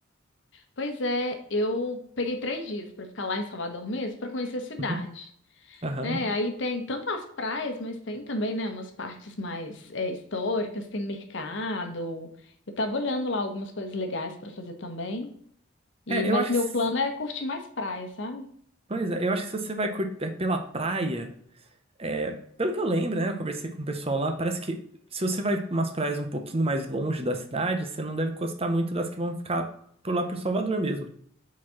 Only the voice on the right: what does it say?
Uhum. Aham.
É,
eu acho
que. s-
Pois é, eu acho que se você vai cur- é, pela praia, é, pelo que eu lembro, né? Eu conversei com o pessoal lá, parece que se você vai pra umas praias um pouquinho mais longe da cidade, você não deve gostar muito das que vão ficar por lá por Salvador mesmo.